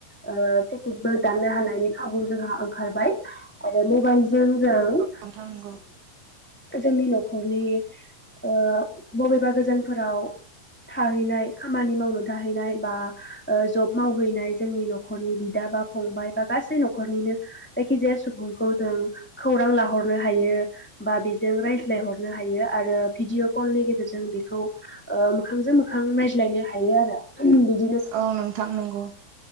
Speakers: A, in the centre; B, on the right (about 75°).
A: ओ टिकेट बो दाननो हानायनि खाबु जोंहा ओंखारबाय आरो मबाइलजों जों
B: नोंथां नोंगौ।
A: ओ जोंनि न'खरनि ओ बबेबा गोजानफोराव थाहैनाय खामानि मावनो थाहैनाय बा ओ जब मावहैनाय जोंनि न'खरनि बिदा एबा फंबाय बा गासै न'खरनिनो जायखिजाया सुबुंखौ जों खौरां लाहरनो हायो। बा बेजों रायज्लायहरनो हायो आरो भिडिअ' कलनि गेजेरजों बेख खौ ओ मोखांजों मोखां नायज्लायनो हायो आरो उमहो बिद
B: औ नोंथां नंगौ।